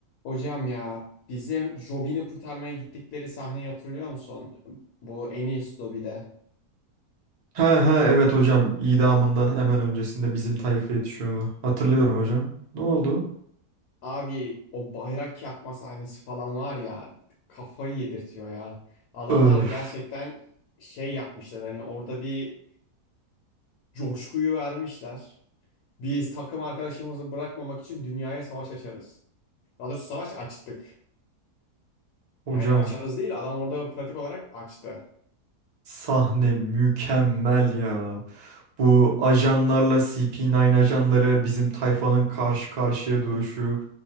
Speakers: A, on the left; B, on the right.
A: Hocam ya bizim Robin'i kurtarmaya gittikleri sahneyi hatırlıyor musun? Bu en iyisi Dobby'de.
B: He he evet hocam idamından hemen öncesinde bizim tayfa yetişiyordu. Hatırlıyorum hocam. Ne oldu?
A: Abi o bayrak yakma sahnesi falan var ya kafayı yedirtiyor ya. Adamlar
B: Öf
A: gerçekten şey yapmışlar hani orada bir coşkuyu vermişler. Biz takım arkadaşımızı bırakmamak için dünyaya savaş açarız. Daha doğrusu savaş açtık.
B: hocam
A: Yani açarız değil adam orada pratik olarak açtı.
B: sahne mükemmel ya. Bu ajanlarla CP9 ajanlarıyla bizim tayfanın karşı karşıya duruşu.